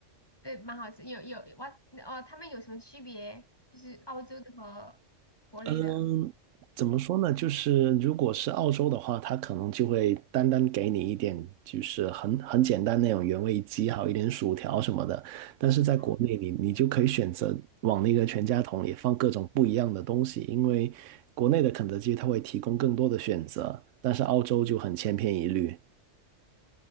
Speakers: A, on the left; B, on the right.
A: 对，蛮好吃。有有哇哦，他们有什么区别？就是澳洲的和国内的。
B: 嗯，怎么说呢？就是如果是澳洲的话，它可能就会单单给你一点，就是很很简单那种原味鸡，还有一点薯条什么的。但是在国内你，
A: 哦
B: 你就可以选择往那个全家桶里放各种不一样的东西，因为国内的肯德基它会提供更多的选择，但是澳洲就很千篇一律。